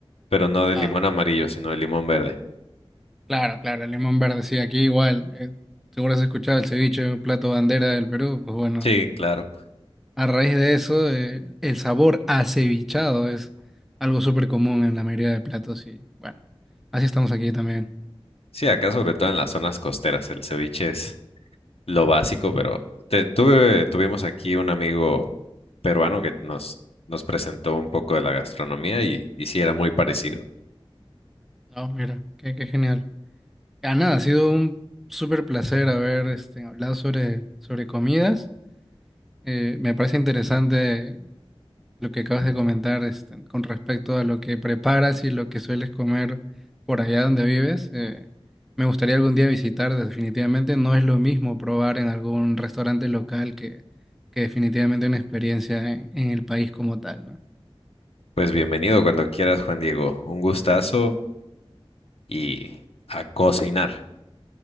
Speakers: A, on the left; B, in the centre.
A: pero no de
B: ¿no?
A: limón amarillo, sino de limón verde.
B: Claro, claro, el limón verde, sí, aquí igual. eh, seguro has escuchado el ceviche, un plato bandera del Perú. Pues bueno,
A: Sí, claro.
B: a raíz de eso, eh, el sabor acevichado es algo súper común en la mayoría de platos y bueno, así estamos aquí también.
A: Sí, acá sobre todo en las zonas costeras el ceviche es lo básico, pero te- tuve, tuvimos aquí un amigo peruano que nos, nos presentó un poco de la gastronomía y, y sí era muy parecido.
B: Oh, mira, qué, qué genial. Ah, nada, ha sido un súper placer haber este, hablado sobre, sobre comidas. Eh, me parece interesante lo que acabas de comentar este, con respecto a lo que preparas y lo que sueles comer por allá donde vives. eh, me gustaría algún día visitar, definitivamente no es lo mismo probar en algún restaurante local que, que definitivamente una experiencia en, en el país como tal, ¿no?
A: Pues bienvenido cuando quieras, Juan Diego. Un gustazo y a cocinar.